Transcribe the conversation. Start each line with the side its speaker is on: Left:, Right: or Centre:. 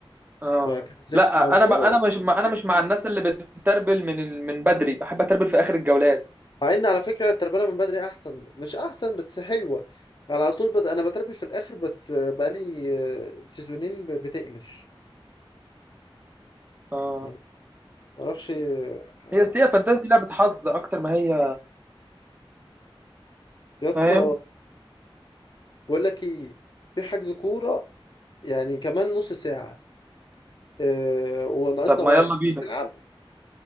Right: اه
Left: فكانت
Right: لا
Left: رخمه
Right: انا
Left: موت
Right: ب... انا مش مع... انا مش مع الناس اللي بتتربل من ال... من بدري بحب اتربل في اخر الجولات
Left: مع ان على فكره التربيه من بدري احسن مش احسن بس حلوه انا على طول بد... انا بتربي في الاخر بس بقالي آه، سيزونين ب- بتقلش
Right: اه
Left: يعني معرفش آه،
Right: هي السيئه فانتازي لعبه حظ اكتر ما هي
Left: يا اسطى
Right: فاهم
Left: بقول لك ايه في حجز كوره يعني كمان نص ساعه آه، وناقصنا
Right: طب ما
Left: واحد
Right: يلا بينا
Left: تيجي تلعب